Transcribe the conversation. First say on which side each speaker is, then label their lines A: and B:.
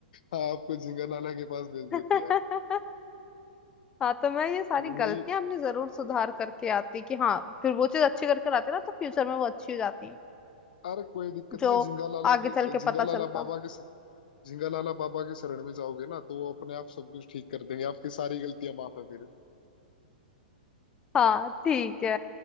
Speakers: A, on the left (about 65°); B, on the left (about 15°).
A: हाँ आपको झिंगा लाला के पास भेज देते
B: <laughs>
A: हैं
B: हाँ तो मैं ये सारी
A: वही
B: गलतियां अपनी जरूर सुधार करके आती कि हाँ फिर वो चीज अच्छी करके आती ना तो फ्यूचर में वो अच्छी हो जाती
A: अरे कोई दिक्कत
B: जो
A: नहीं है झिंगा लाला
B: आगे
A: की
B: चल के
A: झिंगा
B: पता चलता
A: लाला बाबा के झिंगा लाला बाबा के शरण में जाओगे ना तो वो अपने आप सब कुछ ठीक कर देंगे आपकी सारी गलतियां माफ है फिर
B: हाँ ठीक है